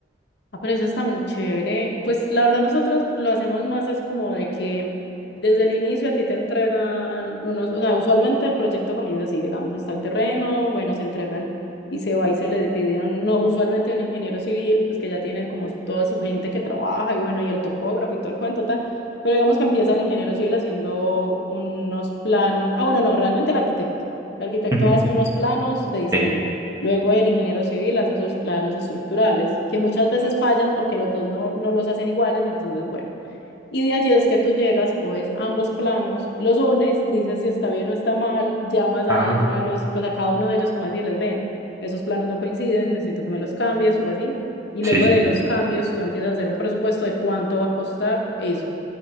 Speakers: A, on the left (about 60°); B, on the right (about 15°).
A: Ah, pero eso está muy chévere. Pues la verdad nosotros lo hacemos más es como de que desde el inicio a ti te entregan unos, o sea, usualmente el proyecto comienza así, digamos, está el terreno, bueno, se entregan y se va y se le pide, a un- no, usualmente a un ingeniero civil, pues que ya tiene como toda su gente que trabaja y bueno, y el topógrafo y todo el cuento tal, pero digamos que empieza el ingeniero civil haciendo unos planos, ah, bueno, no, realmente el arquitecto. El arquitecto
B: Ujú,
A: hace unos planos de diseño
B: Sí.
A: Luego el ingeniero civil hace sus planos estructurales, que muchas veces fallan porque los dos no, no los hacen iguales, entonces bueno. Y de allí es que tú llegas, coges ambos planos, los unes, dices si está bien o está mal, llamas
B: Ah,
A: a ellos, a los, pues a cada uno de ellos como a decirles, ven, esos planos no coinciden, necesito que me los cambies o así. Y
B: Sí,
A: luego
B: sí.
A: de los cambios tú empiezas a hacer un presupuesto de cuánto va a costar eso.